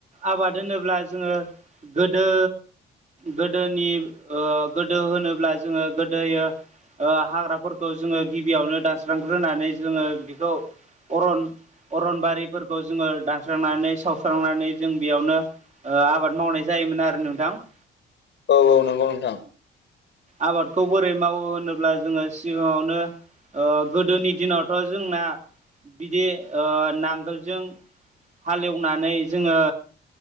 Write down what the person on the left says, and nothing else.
औ औ नंगौ नोंथां